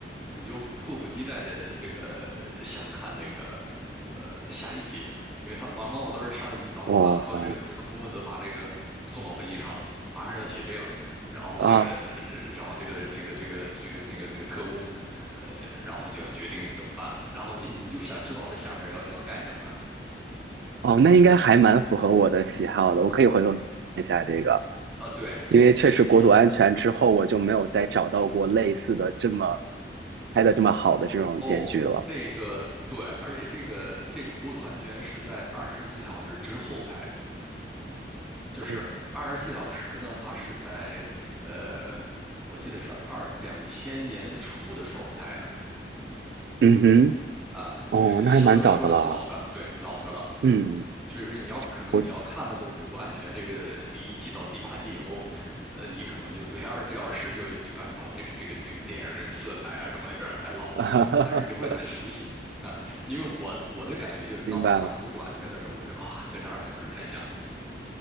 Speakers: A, in the centre; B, on the right (about 65°).
A: 你就迫不及待的这个想看那个呃下一集，因为它往往往都是上一集到了啊，
B: 哦，
A: 说这个恐怖分子把这个送到飞机上了，马上要起飞了，然后这个，
B: 啊，
A: 呃然后这个这个这个这个那个那个特工，呃，然后就要决定怎么办了。然后你你就想知道他下面要要干什么
B: 哦，那应该还蛮符合我的喜好的，我可以回头看一下这个，
A: 啊？对，
B: 因为确实国土安全之后，
A: 这
B: 我就没有再找到过类似的这么拍的这么好的这种电视剧了。
A: 哦那个对，而且这个这个国土安全是在二十四小时之后拍的，就是二十四小时呢，
B: 嗯
A: 它是在呃，我记得是二两千年初的时候拍的。
B: 嗯哼，
A: 啊，
B: 哦，
A: 这相对来说老的，
B: 那还蛮早的了。
A: 对，老的了。
B: 嗯，
A: 所以说你要可能你要看了这个《孤独安全》这个第一季到第八季以后，
B: 我，
A: 呃，你可能就对二十四小时就就感觉哦，这个这个这个电影这个色彩啊什么的有点太老了，
B: <laughs>
A: 而但是你会很熟悉啊，因为我我的感觉就是当我看《孤独安全》的时候，
B: 明白了。
A: 我就啊跟这二十四小时太像了，